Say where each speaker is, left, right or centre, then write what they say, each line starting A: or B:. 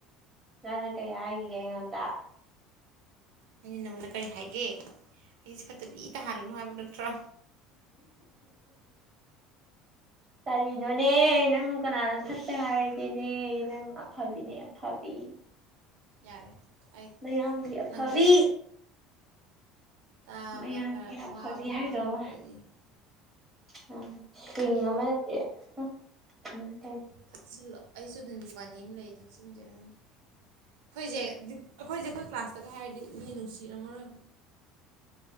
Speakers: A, on the right; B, on the right.
A: ꯅꯅꯥ ꯀꯩ ꯍꯥꯏꯒꯤꯒꯦꯉꯣꯟꯗ
B: ꯑꯩꯅ ꯅꯪꯣꯟꯅ ꯀꯔꯤ ꯍꯥꯏꯒꯦ ꯑꯩꯁꯦ ꯐꯠꯇꯕꯤ ꯇꯥꯍꯜꯂꯨꯅꯨ ꯍꯥꯏꯕ ꯅꯠꯇ꯭ꯔꯣ
A: ꯀꯔꯤꯅꯣꯅꯦ ꯅꯪ ꯀꯅꯥꯗꯣ ꯐꯠꯇꯦ ꯍꯥꯏꯔꯒꯦꯅꯦ ꯅꯪ ꯑꯐꯕꯤꯅꯦ ꯑꯐꯕꯤ
B: ꯌꯥꯔꯦ ꯑꯩ
A: ꯃꯌꯥꯝꯒꯤ ꯑꯐꯕꯤ
B: ꯅꯪ ꯋꯥꯔꯤ ꯇꯥꯕꯗ
A: ꯃꯌꯥꯝ
B: ꯈꯔ
A: ꯀ
B: ꯋꯥꯕ
A: ꯐꯂꯤ
B: ꯍꯥꯏꯕ
A: ꯍꯥꯏꯗꯣꯑꯣ
B: ꯑꯃꯁꯨ ꯂꯩꯌꯦ
A: ꯑ ꯁ꯭ꯋꯤꯡ
B: ꯑꯦ
A: ꯑꯃ ꯅꯦ
B: ꯊꯛꯆꯤꯜꯂꯣ ꯑꯩꯁꯨ ꯑꯗꯨꯝꯕꯨꯕꯥꯅꯤ ꯑꯃ ꯂꯩꯌꯦ ꯊꯛꯆꯤꯟꯖꯔꯦ ꯍꯪꯗꯦ ꯑꯩꯈꯣꯏꯁꯦ ꯑꯩꯈꯣꯏꯁꯦ ꯑꯩꯈꯣꯏ ꯀ꯭ꯂꯥꯁꯇꯒ ꯍꯥꯏꯔꯗꯤ ꯃꯤ ꯅꯨꯡꯁꯤ ꯔ ꯑꯃꯔ